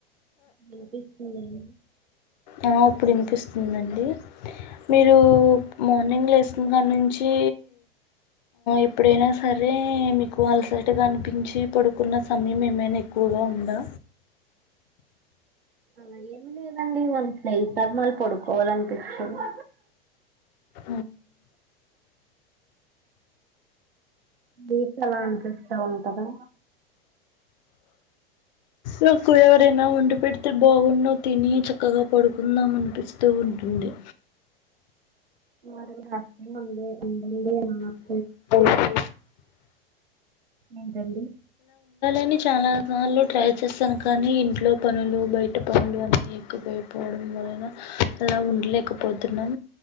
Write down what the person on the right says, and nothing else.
వినిపిస్తోంది అండి
అలా ఏమి లేదండి వాన స్నేహి ధర్మాలు పడుకోవాలనిపించంది
మీకు అలా అనిపిస్తా ఉంటదా
<unintelligible>
<inaudible> ఏంటండి